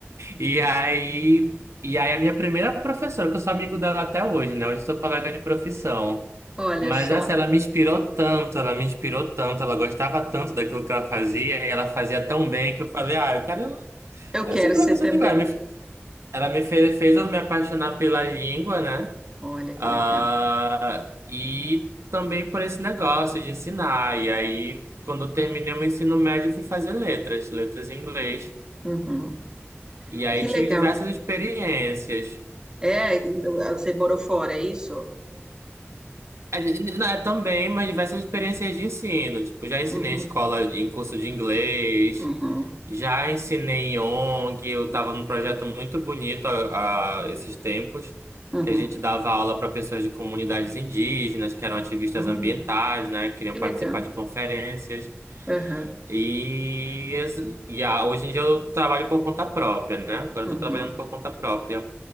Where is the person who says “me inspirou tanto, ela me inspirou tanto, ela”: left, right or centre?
Right